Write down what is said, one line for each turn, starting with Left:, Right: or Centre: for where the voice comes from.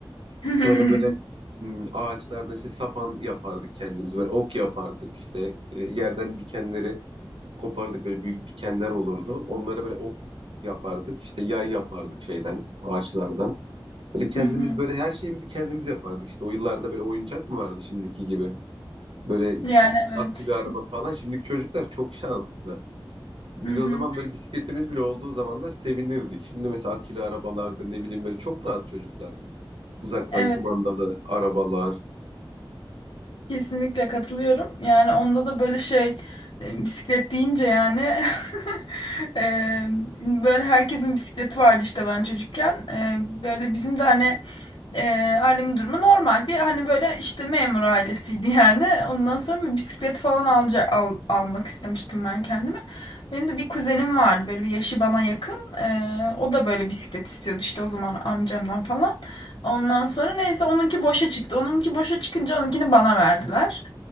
Left: <laughs>
Right: Sonra böyle hmm, ağaçlardan işte sapan yapardık kendimiz. Böyle ok yapardık işte. E, yerden dikenleri kopardık. Böyle büyük dikenler olurdu. Onlara böyle ok yapardık. İşte yay yapardık şeyden, ağaçlardan. Böyle kendimiz
Left: Hı hı.
Right: böyle her şeyimizi kendimiz yapardık. İşte o yıllarda böyle oyuncak mı vardı şimdiki gibi? Böyle
Left: Yani evet.
Right: akülü araba falan. Şimdiki çocuklar çok şanslı. Biz
Left: Hı hı.
Right: o zaman böyle bisikletimiz bile olduğu zamanlar sevinirdik. Şimdi mesela akülü arabalardır ne bileyim böyle çok rahat çocuklar. Uzaktan
Left: Evet.
Right: kumandalı arabalar.
Left: Kesinlikle katılıyorum. Yani onda da böyle şey e, bisiklet deyince yani <laughs> e, böyle herkesin bisikleti vardı işte ben çocukken. E, böyle bizim de hani E, ailemin durumu normal bir hani böyle işte memur ailesiydi yani. Ondan sonra bir bisiklet falan alca, al- almak istemiştim ben kendime. Benim de bir kuzenim vardı böyle bir yaşı bana yakın. E, o da böyle bisiklet istiyordu işte o zaman amcamdan falan. Ondan sonra neyse onunki boşa çıktı. Onunki boşa çıkınca onunkini bana verdiler.